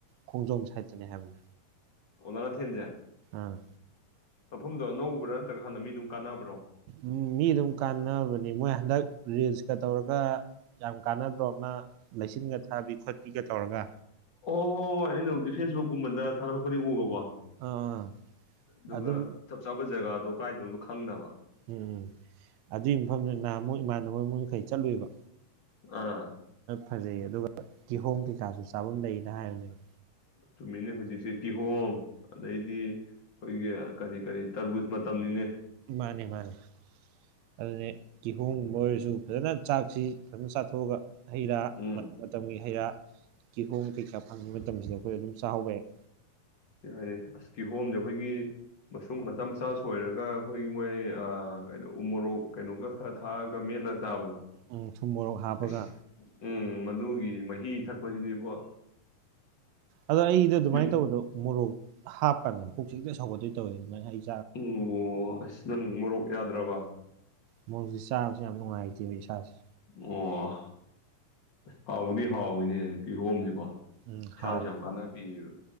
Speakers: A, on the right; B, on the left.
A: ꯈꯣꯡꯖꯣꯝ ꯁꯥꯏꯠꯇꯅꯦ ꯍꯥꯏꯕꯅꯤ
B: ꯑꯣ ꯂꯥꯡꯉꯊꯦꯟ ꯁꯦ
A: ꯑꯥ
B: ꯃꯐꯝꯗꯣ ꯑꯅꯧꯕ꯭ꯔꯥ ꯅꯠꯇ꯭ꯔꯒ ꯍꯥꯟꯅ ꯃꯤꯗꯨꯝ ꯀꯥꯟꯅꯕ
A: ꯎꯝ ꯃꯤ ꯗꯨꯝ ꯀꯥꯟꯅꯕꯅꯤ ꯃꯣꯏ ꯍꯟꯗꯛ ꯔꯤꯜꯁꯀ ꯇꯧꯔꯒ ꯌꯥꯝ ꯀꯥꯟꯅꯗ꯭ꯔꯣ ꯑꯃ ꯂꯩꯆꯤꯟꯒ ꯊꯥꯕꯤ ꯈꯣꯠꯄꯤꯒ ꯇꯧꯔꯒ
B: ꯑꯣ ꯑꯣ ꯍꯣꯏ ꯑꯩꯅꯕꯨꯗꯤ ꯐꯦꯁꯕꯨꯛꯀꯨꯝꯕꯗ ꯊꯥꯒꯠꯂꯛꯄꯗꯤ ꯎꯕꯀꯣ
A: ꯑꯥ ꯑꯥ
B: ꯗꯨꯒ
A: ꯑꯗꯨꯝ
B: ꯆꯞ ꯆꯥꯕ ꯖꯒꯥꯗꯣ ꯀꯥꯏꯗꯅꯣꯗꯣ ꯈꯪꯗꯕ
A: ꯎꯝ ꯑꯗꯨꯒꯤ ꯃꯐꯝꯗꯨ ꯅꯍꯥꯟꯃꯨꯛ ꯏꯃꯥꯟꯅꯕ ꯑꯃꯒ ꯈꯣꯏ ꯆꯠꯂꯨꯏꯕ
B: ꯑꯥ
A: ꯐꯖꯩꯌꯦ ꯑꯗꯨꯒ ꯀꯤꯍꯣꯝ ꯀꯩꯀꯥꯁꯨ ꯆꯥꯐꯝ ꯂꯩꯅ ꯍꯥꯏꯕꯅꯦꯕ
B: ꯆꯨꯝꯃꯤꯅꯦ ꯍꯧꯖꯤꯛꯁꯦ ꯀꯤꯍꯣꯝ ꯑꯗꯩꯗꯤ ꯑꯈꯣꯏꯒꯤ ꯀꯔꯤ ꯀꯔꯤ ꯇ꯭ꯔꯕꯨꯖ ꯃꯇꯝꯅꯤꯅꯦ
A: ꯃꯥꯟꯅꯦ ꯃꯥꯟꯅꯦ ꯑꯗꯨꯅꯦ ꯀꯤꯍꯣꯝꯒꯨꯝꯕ ꯑꯣꯏꯔꯁꯨ ꯐꯖꯅ ꯆꯥꯛꯁꯤ ꯐꯖꯅ ꯆꯥꯊꯣꯛꯑꯒ ꯍꯩ ꯔꯥ
B: ꯎꯝ
A: ꯃꯇꯝ ꯃꯇꯝꯒꯤ ꯍꯩꯔꯥ ꯀꯤꯍꯣꯝ ꯀꯩꯀꯥ ꯐꯪꯉꯤꯕ ꯃꯇꯝꯁꯤꯗ ꯑꯈꯣꯏ ꯑꯗꯨꯝ ꯆꯥꯍꯧꯕ ꯌꯥꯏ
B: ꯑꯁ ꯌꯥꯏꯌꯦ ꯑꯁꯀꯤꯍꯣꯝꯁꯦ ꯑꯈꯣꯏꯒꯤ ꯃꯁꯨꯡ ꯃꯆꯥ ꯃꯆꯥ ꯁꯣꯏꯔꯒ ꯑꯈꯣꯏꯒꯤ ꯃꯣꯏ ꯀꯩꯅꯣ ꯎ ꯃꯣꯔꯣꯛ ꯀꯩꯅꯣꯒ ꯈꯥꯔ ꯊꯥꯛꯑꯒ ꯃꯦꯠ <unintelligible> ꯆꯥꯕꯗꯣ
A: ꯎꯝ ꯊꯨꯝ ꯃꯣꯔꯣꯛ ꯍꯥꯞꯄꯒ
B: ꯑꯁ ꯎꯝ ꯃꯗꯨꯒꯤ ꯃꯍꯤ ꯊꯛꯄꯁꯤꯗꯤꯕꯣ
A: ꯑꯗꯣ ꯑꯩꯗꯣ ꯑꯗꯨꯃꯥꯏꯅ
B: ꯃꯤꯠ
A: ꯇꯧꯕꯗꯣ ꯃꯣꯔꯣꯛ ꯍꯥꯞꯀꯥꯟꯗ ꯄꯨꯛꯁꯤ ꯍꯦꯛꯇ ꯁꯧꯒꯠꯇꯣꯏ ꯇꯧꯋꯦ ꯑꯗꯨꯃꯥꯏꯅ ꯑꯩ
B: ꯑꯣ ꯑꯁ ꯅꯪ ꯃꯣꯔꯣꯛ ꯌꯥꯗ꯭ꯔꯕ
A: ꯃꯣꯔꯣꯛꯁꯦ ꯆꯥꯕꯁꯦ ꯌꯥꯝ ꯅꯨꯡꯉꯥꯏꯇꯦꯕ ꯏꯁꯥꯁꯦ
B: ꯑꯣ ꯍꯥꯎꯕꯨꯗꯤ ꯍꯥꯎꯋꯤꯅꯦ ꯀꯤꯍꯣꯝꯁꯦꯀꯣ
A: ꯎꯝ
B: ꯏꯁꯥꯗꯁꯨ
A: ꯍꯥꯎ
B: ꯌꯥꯝ ꯀꯥꯟꯅꯕ ꯄꯤꯕ